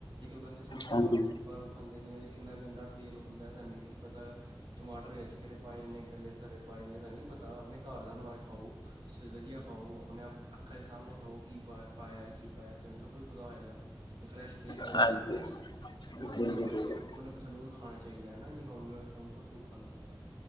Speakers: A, on the right; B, on the left.
A: ਬੰਦੇ ਸਮੋਸਾ
B: ਹਾਂਜੀ
A: ਬਰੋਂ ਬਾਹਰੋਂ ਖਾਂਦੇ ਨੇ ਉਹ ਕਿੰਨਾ ਗੰਦਾ ਤੇਲ ਹੁੰਦਾ ਸਾਨੂੰ ਕੀ ਪਤਾ ਟਮਾਟਰ ਵਿੱਚ ਕਿਹੜੇ ਪਾਏ ਇੰਨੇ ਗੱਲੇ ਸੜੇ ਪਾਏ ਨੇ ਸਾਨੂੰ ਕੀ ਪਤਾ ਆਪਣੇ ਘਰ ਦਾ ਬਣਾ ਖਾਓ ਸ ਵਧੀਆ ਖਾਓ ਆਪਣੇ ਆਪ ਅੱਖਾਂ ਦੇ ਸਾਹਮਣੇ ਖਾਓ ਕੀ ਪਾਇਆ ਕੀ ਪਾਇਆ ਸਾਨੂੰ ਸਭ ਕੁੱਛ ਪਤਾ ਹੋਏਗਾ ਤੇ ਫਰੈਸ਼ ਤੇਲ ਹੋਏਗਾ
B: ਹਾਂਜੀ
A: ਹਨਾ ਜੀ ਬਹੁਤ
B: ਹਾਂਜੀ
A: ਵਧੀਆ
B: ਬਿਲਕੁਲ ਬਿਲਕੁਲ
A: ਹੋਏਗਾ ਉਹਨ ਸਾਨੂੰ ਉਹ ਖਾਣਾ ਚਾਹੀਦਾ ਹਨਾ ਜੀ ਹੋਮ ਮੇਡ ਫੂਡ ਖਾਣਾ ਚਾਹੀਦਾ